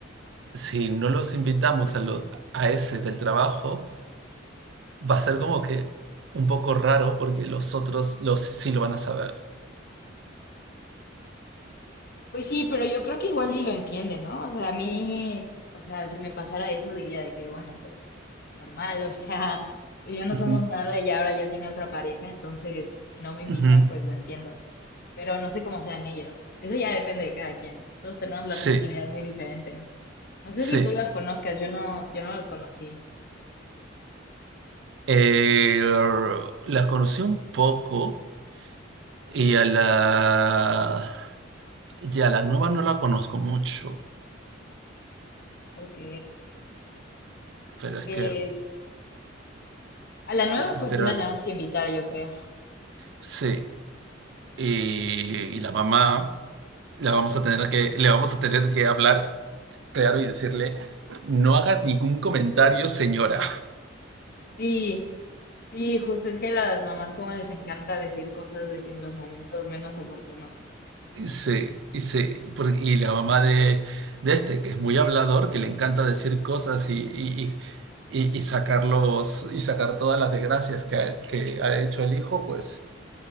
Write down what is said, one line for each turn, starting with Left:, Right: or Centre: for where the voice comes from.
Right: si no los invitamos a, lo- a ese del trabajo, va a ser como que un poco raro porque los otros los, sí lo van a saber.
Left: Pues sí, pero yo creo que igual y lo entiende, ¿no? O sea, a mí, o sea, si me pasara eso diría de que, bueno, pues normal, o sea, <laughs> ya no
Right: Ujú,
Left: somos nada y ahora ya tiene otra pareja, entonces si no me invitan,
Right: ujú.
Left: pues lo entiendo. Pero no sé cómo sean ellos. Eso ya depende de cada quien. Todos tenemos la
Right: Sí,
Left: personalidad muy diferente. No sé
Right: sí.
Left: si tú las conozcas, yo no, yo no los conocí.
Right: Eh, las conocí un poco y a la y a la nueva no la conozco mucho,
Left: Ok.
Right: pero
Left: Pues
Right: es que,
Left: a la nueva,
Right: que-
Left: pues
Right: pero
Left: sí la tenemos que invitar, yo creo.
Right: sí, y, y la mamá la vamos a tener que le vamos a tener que hablar claro y decirle no hagas ningún comentario, señora.
Left: Sí, sí, justo es que a las mamás como les encanta decir cosas de que en los momentos menos oportunos.
Right: Y Sí, y sí, por- y la mamá de, de este, que es muy hablador, que le encanta decir cosas y, y, y, y- y sacarlos, y sacar todas las desgracias que ha, que ha hecho el hijo, pues